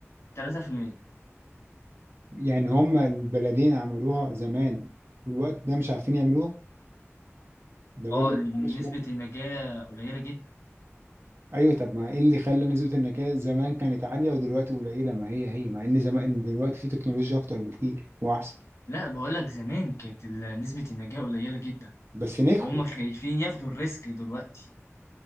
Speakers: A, on the left; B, on the right.
A: 3%
B: يعني هم البلدين عملوها زمان في الوقت ده مش عارفين يعملوها ده برضه
A: أه لأن
B: مش
A: نسبة
B: ممكن.
A: النجاة قليلة جدا
B: ايوه طب ما ايه اللي خلى نسبة النكاية زمان كانت عالية ودلوقتي قليلة ما هي هي مع ان زمان دلوقتي في تكنولوجيا اكتر بكتير واحسن
A: لا بقول لك زمان كانت ال- نسبة النجاة قليلة جدا
B: بس نجحوا
A: وهم خايفين ياخدوا الريسك دلوقتي